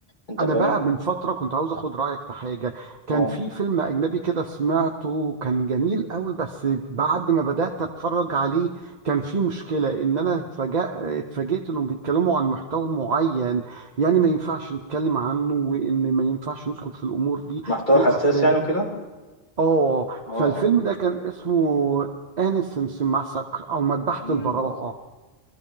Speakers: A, on the left (about 50°); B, on the right (about 45°).
A: انت
B: انا
A: فاهم
B: بقى من فتره كنت عاوز اخد رايك في حاجه كان
A: اه
B: في فيلم اجنبي كده سمعته كان جميل قوي بس بعد ما بدات اتفرج عليه كان في مشكله ان انا فجأة اتفاجئت انهم بيتكلموا عن محتوى معين يعني ما ينفعش نتكلم عنه وان ما ينفعش ندخل في الامور دي
A: محتوى
B: في
A: حساس
B: الافلام
A: يعني وكده
B: اه
A: اه
B: فالفيلم
A: اه
B: ده كان اسمه انيسنس ماسك او مذبحه
A: مم.
B: البراءه